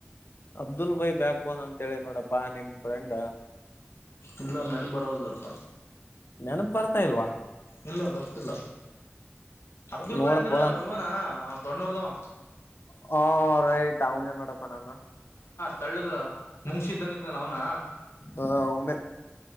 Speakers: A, on the left (about 60°); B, on the left (about 85°).
A: ಅಬ್ದುಲ್ ಭಾಯಿ ಬ್ಯಾಕ್ ಬೋನ್ ಅಂತೇಳಿ ನೋಡಪ್ಪಾ ನಿಮ್ಮ್ ಫ್ರೆಂಡ
B: ಇಲ್ಲ ನೆನಪ ಬರುವಲ್ದಪ್ಪ
A: ನೆನಪ ಬರ್ತಾ ಇಲ್ವಾ
B: ಇಲ್ಲ ಬರ್ತಿಲ್ಲ ಅಬ್ದುಲ್
A: ನೋಡಪ್ಪ
B: ಬಾಯ್ ಅಂದ್ರ ಇವನ ಟೊಣ್ಣೂರ್ದವ
A: ಹ ರೈಟ್ ಅವನೆ ನೋಡಪ್ಪ ನಾನು
B: ತಳ್ಳದೂ ನಮ್ಸು ಕೆ ಇದ್ದಂಗ್ ಇದ್ನಲ್ಲ ಅವನ
A: ಹ ಅವನೇ